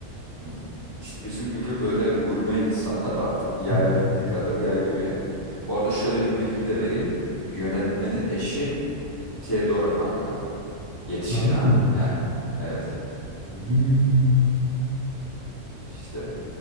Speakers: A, on the left; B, on the right.
A: Hmm. İşte bizim gibi böyle gurme insanlar <laughs> artık yayabildiği
B: Hı.
A: kadar yayıyor yani. Bu arada şöyle bir bilgi de vereyim. Yönetmenin eşi Theodora kanka. Yetişkin
B: Harbi
A: hali
B: mi diyorsun?
A: yani. Evet
B: Hmm,
A: işte